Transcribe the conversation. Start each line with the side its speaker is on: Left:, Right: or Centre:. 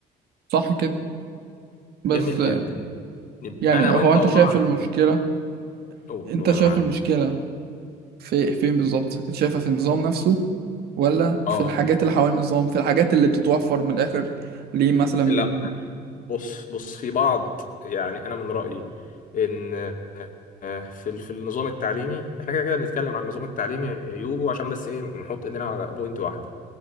Right: صح كده بس
Left: جميل جدا يبقى
Right: يعني
Left: انا وانت
Right: هو انت
Left: وضعنا
Right: شايف المشكله
Left: قول
Right: انت
Left: وانا
Right: شايف
Left: معاك
Right: المشكله في فين بالظبط شايفها في النظام نفسه ولا
Left: اه
Right: في الحاجات اللي حوالين النظام في الحاجات اللي بتتوفر من الآخر ليه مثلا من
Left: لا بص بص في بعض يعني انا من رايي ان آه، في ال- في النظام التعليمي احنا كده كده بنتكلم عن النظام التعليمي عيوبه عشان بس ايه نحط ايدينا على بوينت واحده